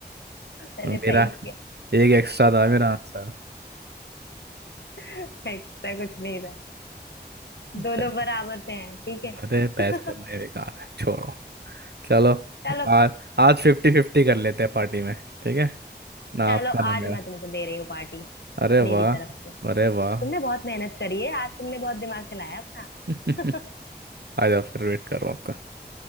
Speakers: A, on the left; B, on the right.
A: मैंने
B: मेरा
A: सही किया
B: एक एक्स्ट्रा था मेरा आंसर
A: <laughs> ऐसा कुछ नहीं था दोनों
B: चलो,
A: बराबर पे हैं ठीक है
B: अरे बहस
A: <laughs>
B: करने बेकार है छोड़ो चलो
A: चलो
B: आज आज फिफ्टी फिफ्टी कर लेते हैं पार्टी में ठीक है ना
A: चलो
B: आपका ना
A: आज
B: मेरा
A: मैं तुमको दे रही हूँ पार्टी
B: अरे
A: मेरी
B: वाह
A: तरफ से
B: अरे
A: तुमने
B: वाह
A: बहुत मेहनत करी है आज तुमने बहुत दिमाग चलाया अपना
B: <laughs>
A: <laughs>
B: आ जाओ फिर वेट कर रहा हूँ आपका